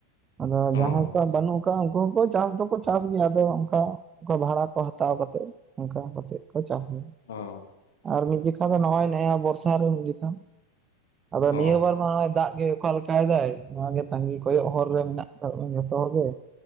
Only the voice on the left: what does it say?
ᱚ ᱟᱪᱪᱷᱟ
ᱦᱚᱸ᱾
ᱚ